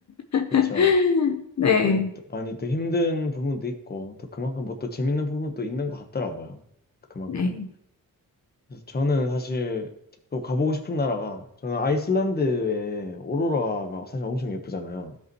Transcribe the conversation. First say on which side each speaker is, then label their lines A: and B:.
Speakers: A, on the left (about 50°); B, on the left (about 25°).
A: <laughs>
B: 그쵸.
A: 네,
B: 어, 또 많이 또 힘든 부분도 있고, 또 그만큼 뭐 또 재밌는 부분도 있는 것 같더라고요. 그만큼.
A: 네,
B: 그래서 저는 사실 또 가보고 싶은 나라가, 저는 아이슬란드의 오로라가 사실 엄청 예쁘잖아요.